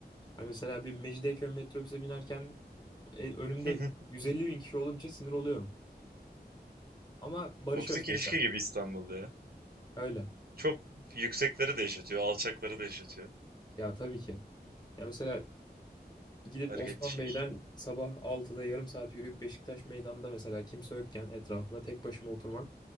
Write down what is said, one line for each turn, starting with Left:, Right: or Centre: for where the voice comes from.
Left: Hani mesela bir Mecidiyeköy metrobüse binerken E, önümde
Right: <laughs>
Left: 150 bin kişi olunca sinir oluyorum. Ama barışıyoruz
Right: Toksik
Left: tekrar.
Right: ilişki gibi İstanbul ya.
Left: Öyle.
Right: Çok yüksekleri de yaşatıyor, alçakları da yaşatıyor.
Left: Ya tabii ki. Ya mesela gidip
Right: Hareketli
Left: Osman
Right: şehir.
Left: Bey'den sabah altıda yarım saat yürüyüp Beşiktaş meydanda mesela kimse yokken etrafımda tek başıma oturmak